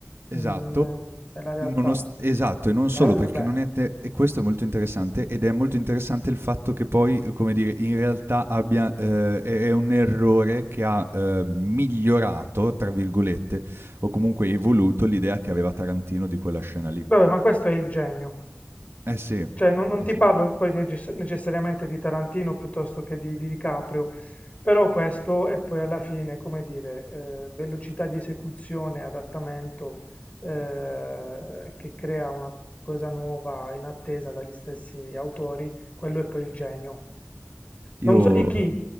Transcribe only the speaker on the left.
mhmm, nel nella realtà.
Bello,
be
Vabbè, ma questo è il genio.
Cioè, non, non ti
parlo poi necess- necessariamente di Tarantino piuttosto che di, di DiCaprio, però questo è poi alla fine, come dire, eh, velocità di esecuzione, adattamento, eh, che crea una cosa nuova in attesa dagli stessi autori, quello è poi il genio.
Non so di chi,